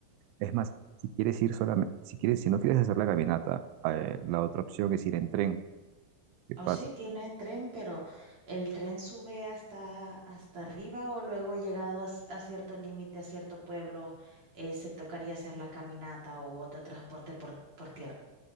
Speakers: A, on the right; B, on the right.
A: Es más, si quieres ir solamente, si quieres, si no quieres hacer la caminata, eh, la otra opción es ir en tren, que
B: O
A: pasa.
B: sí, tiene tren, pero ¿el tren sube hasta, hasta arriba o luego llegado a, s- a cierto límite, a cierto pueblo, eh, se tocaría hacer la caminata o otro transporte por, por tierra?